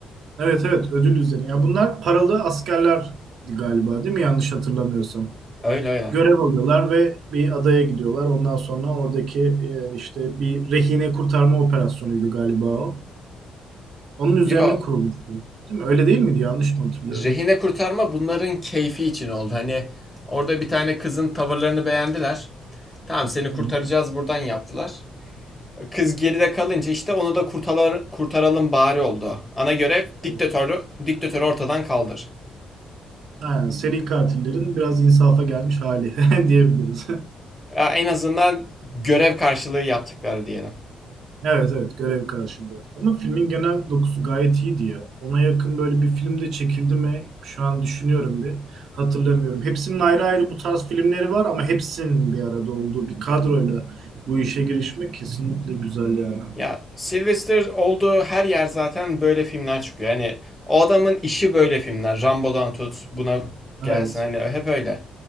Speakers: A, on the right; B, on the left.
A: Evet evet ödül üzerine. Ya bunlar paralı askerlerdi galiba değil mi? Yanlış hatırlamıyorsam.
B: Öyle öyle.
A: Görev alıyorlar ve bir adaya gidiyorlar. Ondan sonra oradaki e, işte bir rehine kurtarma operasyonuydu galiba o. Onun üzerine
B: Yo,
A: kurulmuştu. Değil mi? Öyle değil miydi? Yanlış mı hatırlıyorum?
B: rehine kurtarma bunların keyfi için oldu. Hani orada bir tane kızın tavırlarını beğendiler. Tamam seni kurtaracağız
A: Hı hı.
B: buradan yaptılar. Kız geride kalınca işte onu da kurtaralım, kurtaralım bari oldu. Ana görev
A: Evet.
B: diktatörü, diktatörü ortadan kaldır.
A: Ha, seri katillerin biraz insafa gelmiş hali <laughs> diyebiliriz.
B: Ya en azından görev karşılığı yaptıkları diyelim.
A: Evet evet görev karşılığı. Ama filmin genel dokusu gayet iyiydi ya. Ona yakın böyle bir film de çekildi mi? Şu an düşünüyorum bir. Hatırlamıyorum. Hepsinin ayrı ayrı bu tarz filmleri var ama hepsinin bir arada olduğu bir kadroyla bu işe girişmek kesinlikle güzel yani.
B: Ya Sylvester olduğu her yer zaten böyle filmler çıkıyor. Hani o adamın işi böyle filmler. Rambo'dan tut buna gelsin
A: Evet.
B: hani hep öyle.